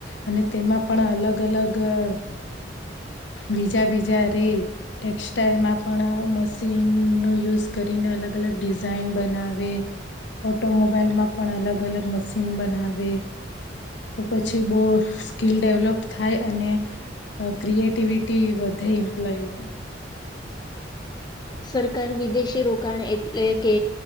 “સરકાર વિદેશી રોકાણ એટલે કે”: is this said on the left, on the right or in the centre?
Left